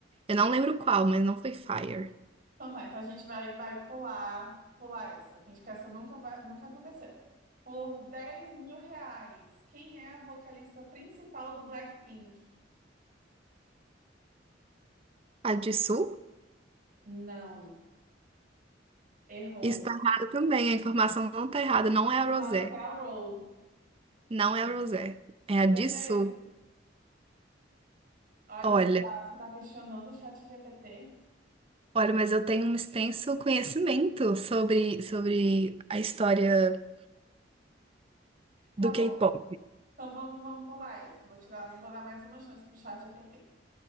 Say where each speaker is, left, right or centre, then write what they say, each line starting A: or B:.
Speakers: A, on the right; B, on the right.
A: Eu não lembro qual, mas não foi Fire.
B: Então tá, então a gente vai, vai pular, pular essa. Finge que essa nunca vai, nunca aconteceu. Por dez mil reais, quem é a vocalista principal do Blackpink?
A: A de Sul
B: Não, errou.
A: está errada também. A informação não está errada. Não
B: Aqui
A: é a Rosé.
B: fala que é a Road.
A: Não é a Rosé. É a
B: Certeza?
A: de Sul.
B: Olha,
A: Olha,
B: você tá, você tá questionando o chat ChatGPT?
A: olha, mas eu tenho um extenso conhecimento sobre, sobre a história
B: Tá
A: do K-pop.
B: bom. Então vamos, vamos pular essa. Vou tirar, vou dar mais uma chance pro chat GPT.